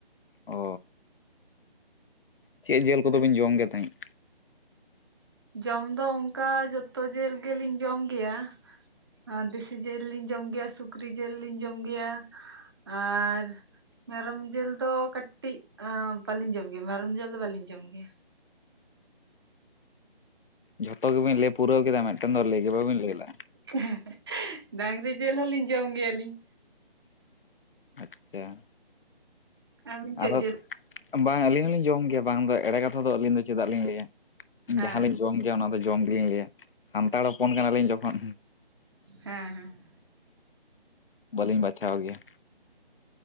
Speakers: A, on the left; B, on the right.
A: ᱚᱻ ᱪᱮᱫ ᱡᱮᱞ ᱠᱚᱫᱚ ᱵᱤᱱ ᱡᱚᱢ ᱜᱮ ᱛᱟᱸᱦᱮᱡ?
B: ᱡᱚᱢ ᱫᱚ ᱚᱝᱠᱟ ᱡᱚᱛᱚ ᱡᱮᱞ ᱜᱮᱞᱤᱧ ᱡᱚᱢ ᱜᱮᱭᱟ᱾ ᱟᱸ ᱫᱮᱥᱤ ᱡᱮᱞ ᱞᱤᱧ ᱡᱚᱢ ᱜᱮᱭᱟ, ᱥᱩᱠᱨᱤ ᱡᱮᱞ ᱞᱤᱧ ᱡᱚᱢ ᱜᱮᱭᱟ ᱟᱨ ᱢᱮᱨᱚᱢ ᱡᱤᱞ ᱫᱚ ᱠᱟᱹᱴᱤᱡ ᱟᱸ ᱵᱟᱹᱞᱤᱧ ᱡᱚᱢ ᱜᱮᱭᱟ, ᱢᱮᱨᱚᱢ ᱡᱤᱞ ᱫᱚ ᱵᱟᱹᱞᱤᱧ ᱡᱚᱢ ᱜᱮᱭᱟ᱾
A: ᱡᱷᱚᱛᱚ ᱜᱮᱵᱤᱱ ᱞᱟᱹᱭ ᱯᱩᱨᱟᱹᱣ ᱠᱮᱫᱟ, ᱢᱤᱫᱴᱮᱱ ᱫᱚ ᱞᱟᱹᱭ ᱜᱮ ᱵᱟᱵᱤᱱ ᱞᱟᱹᱭ ᱞᱮᱫᱼᱟ᱾
B: <unintelligible> ᱰᱟᱹᱝᱨᱤ ᱡᱮᱞ ᱦᱚᱞᱤᱧ ᱡᱚᱢ ᱜᱮᱭᱟᱞᱤᱧ᱾
A: ᱟᱪᱪᱷᱟ ᱾
B: ᱟᱹᱵᱤᱱ ᱪᱮᱫ
A: ᱟᱫᱚ
B: ᱡᱤᱞ
A: ᱵᱟᱝ ᱟᱹᱞᱤᱧ ᱦᱚᱞᱤᱧ ᱡᱚᱢ ᱜᱮᱭᱟ, ᱵᱟᱝ ᱫᱚ ᱮᱲᱮ ᱠᱟᱛᱷᱟ ᱫᱚ ᱟᱹᱞᱤᱧ ᱫᱚ ᱪᱮᱫᱟᱜ ᱞᱤᱧ ᱞᱟᱹᱭᱟ᱾
B: ᱦᱮᱸ
A: ᱡᱟᱦᱟᱸᱞᱤᱧ ᱡᱚᱢ ᱜᱮᱭᱟ ᱚᱱᱟ ᱫᱚ ᱡᱚᱢ ᱜᱮᱞᱤᱧ ᱞᱟᱹᱭᱟ, ᱥᱟᱱᱛᱟᱲ ᱦᱚᱯᱚᱱ ᱠᱟᱱᱟᱞᱤᱧ ᱡᱚᱠᱷᱚᱱ᱾
B: ᱦᱮᱸ ᱦᱮᱸ᱾
A: ᱵᱟᱹᱞᱤᱧ ᱵᱟᱪᱷᱟᱣ ᱜᱮᱭᱟ᱾